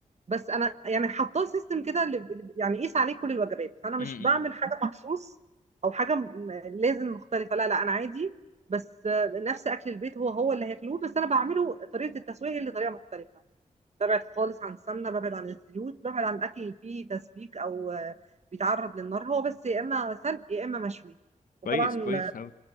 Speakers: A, on the right; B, on the left.
A: بس انا يعني حطاه سيستم كده اللي- يعني قيس عليه كل الوجبات انا مش
B: امم
A: بعمل حاجه مخصوص او حاجه م- لازم مختلفه لا لا انا عادي بس آه، نفس اكل البيت هو هو اللي هياكلوه بس انا بعمله طريقه التسويه هي اللي طريقه مختلفه ببعد خالص عن السمنه ببعد عن الزيوت ببعد عن الاكل اللي فيه تسبيك او آه، بيتعرض للنار هو بس يا اما سلق يا اما مشوي وطبعا
B: كويس كويس أوي